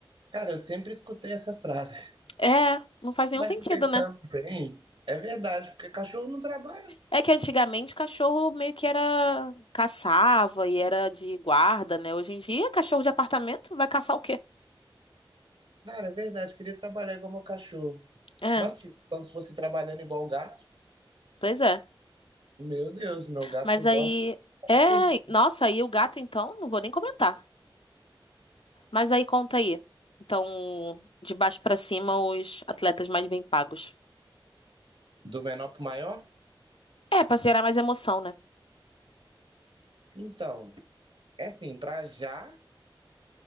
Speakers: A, on the right (about 70°); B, on the left (about 90°).
A: Cara, eu sempre escutei essa frase.
B: É,
A: <laughs>
B: não faz nenhum
A: Mas
B: sentido,
A: pensando
B: né?
A: bem, é verdade, porque cachorro não trabalha.
B: É que antigamente cachorro meio que era caçava e era de guarda, né? Hoje em dia, cachorro de apartamento vai caçar o quê?
A: Cara, é verdade, queria trabalhar igual meu cachorro.
B: É,
A: Nossa, então se fosse trabalhando igual o gato,
B: pois é.
A: meu Deus, meu gato
B: Mas
A: dorme
B: aí,
A: horas
B: é,
A: por dia.
B: nossa, aí o gato então, não vou nem comentar. Mas aí conta aí. Então, de baixo pra cima, os atletas mais bem pagos.
A: Do menor para o maior?
B: É, pra gerar mais emoção, né?
A: Então, é assim, para já,